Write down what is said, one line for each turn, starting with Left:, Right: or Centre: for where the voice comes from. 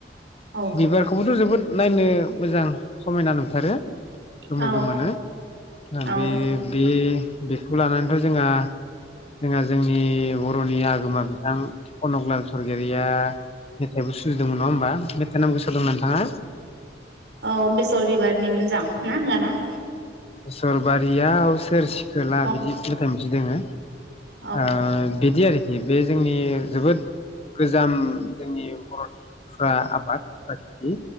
Right: औ
Left: बिबारखौबोथ जोबोद नायनो मोजां समायना नुथारो गोमो
Right: औ
Left: मोनो
Right: औ
Left: बे बे बेखौ लानानैथ‌जोंहा जोंहा जोंनि बरनि आगोमा बिथां कनकलाल सरगियारिया मेथाइबो सुजुंदोंमोन नंङा होमबा मेथाइ नामखौ गोसोआव दं नोंथांङा
Right: औ बेसर बिबारनि मोजां ना गाना
Left: सरबारिया आ सोर सिखो खोला
Right: औ
Left: बिदि मेथाइ मोनसै दोंङो
Right: औ
Left: ओ बिदि आरो दि बे जोंनि जोबोद गोजाम जोंनि बर'निफ्रा आबादफ्रा खेति